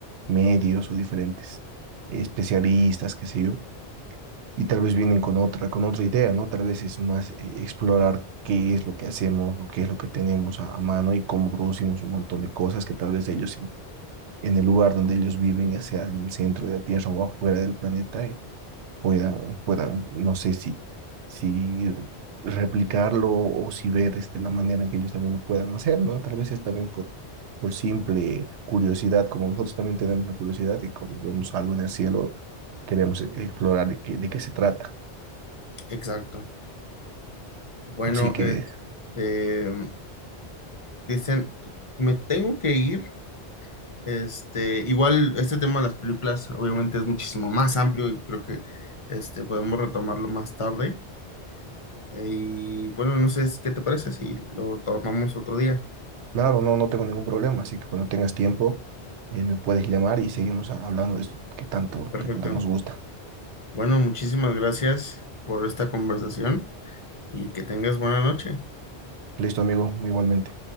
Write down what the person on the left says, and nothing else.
Exacto. Bueno,
este, Cristian, me tengo que ir. Este, igual este tema de las películas obviamente es muchísimo más amplio y creo que este, podemos retomarlo más tarde. Eh, Y bueno, no sé es- qué te parece si lo tomamos otro día.
Perfecto.
Bueno, muchísimas gracias por esta conversación y que tengas buena noche.